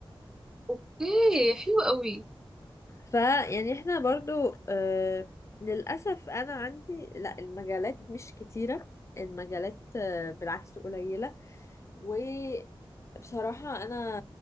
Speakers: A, in the centre; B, on the left.
A: اوكي حلو قوي
B: فيعني احنا برضو آه للاسف انا عندي لا المجالات مش كتيره المجالات آه، بالعكس قليله وبصراحة أنا